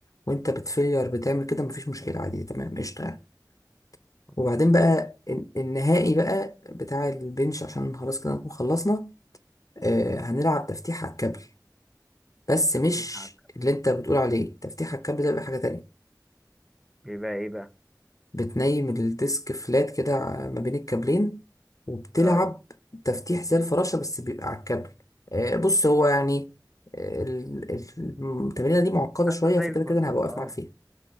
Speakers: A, on the left; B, in the centre.
A: وانت بتفيلير بتعمل كده مفيش مشكله عادي تمام قشطه يعني
B: خلاص،
A: وبعدين بقى
B: تمام
A: الن- النهائي بقى بتاع البنش عشان خلاص كده نكون خلصنا آه هنلعب تفتيح على الكابل بس
B: تفتيح
A: مش
B: على-
A: اللي انت بتقول عليه تفتيح على الكابل ده بقى حاجه تانية
B: بيبقى ايه بقى
A: بتنيم الديسك فلات كده ع- ما بين الكابلين وبتلعب
B: اه
A: تفتيح زي الفراشة بس بيبقى على الكابل آه، بص هو يعني آه، ال- ال- التمرينة دي معقدة
B: حاسه
A: شوية
B: زي
A: فكده
B: الفل
A: كده أنا هبقى واقف
B: اه
A: معاك فيها